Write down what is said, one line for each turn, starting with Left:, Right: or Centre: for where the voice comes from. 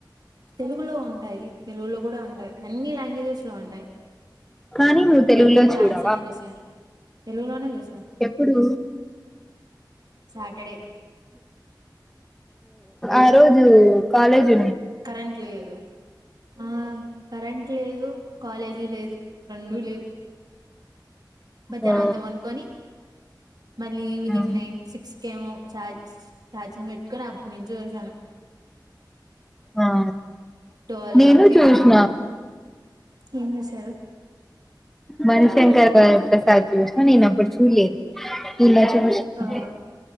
Right: తెలుగులో ఉంటాయి తెలుగులో కూడా ఉంటాయి అన్ని లాంగ్వేజెస్ లో ఉంటాయి
Centre: కానీ నువ్వు తెలుగులో
Right: దొర్కింది చాన్సని
Centre: చూడవా
Right: చుసిన తెలుగులోనే చూస్నా
Centre: ఎప్పుడు
Right: సాటర్డే
Centre: ఓఅడ్ ఉ కాలేజ్
Right: కరెంట్ లేదు ఆ కరెంట్ లేదు కాలేజ్ లేదు రెండు లేవ్ మధ్యాహ్నం
Centre: ఓ
Right: అంతా పొనుకొని మళ్ళీ ఈవినింగ్
Centre: ఆ
Right: నైన్ సిక్స్ ఇంకేమో ఛార్జ్ ఛార్జింగ్ పెట్టుకొని అప్పుడు నుంచి చూశాను
Centre: ఆ
Right: ట్వల్
Centre: నేను
Right: వరకేమో
Centre: చూసిన
Right: అనుకుంటాం ఏమి చూసారు
Centre: మణిశంకర్ గారి ప్రసాద్ చూసిన నిన్నప్పుడుచుసిన చూళ్ళే
Right: ఆ